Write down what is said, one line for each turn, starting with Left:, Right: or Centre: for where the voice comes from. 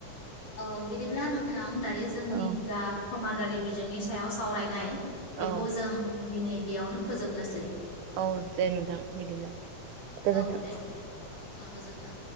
Left: औ बिदिब्ला नोंथां दायो जोंनि
Right: औ
Left: जा समाज आरि बिजोंनि सायाव सावरायनाय। बेखौ
Right: औ
Left: जों दिनै बेयावनो फोजोबनोसै
Right: औ दे नोंथां बिदिब्ला। गोजोन्थों
Left: औ दे गोजोन्थों